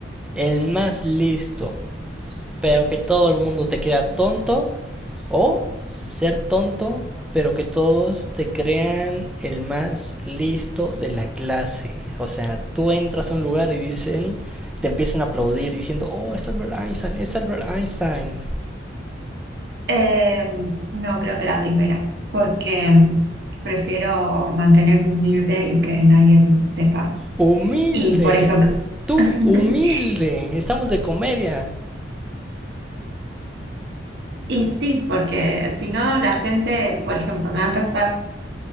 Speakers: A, in the centre; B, on the right.
A: el más listo pero que todo el mundo te crea tonto o ser tonto, pero que todos te crean el más listo de la clase. O sea, tú entras a un lugar y dicen, te empiezan a aplaudir diciendo, oh, es Albert Einstein, es Albert Einstein.
B: eh, no creo que la primera, porque mm, prefiero mantenerme humilde y que nadie me sepa.
A: Humilde,
B: Y, por ejemplo,
A: tú
B: <laughs>
A: humilde, estamos de comedia.
B: y sí, porque si no, la gente, por ejemplo, me va a empezar,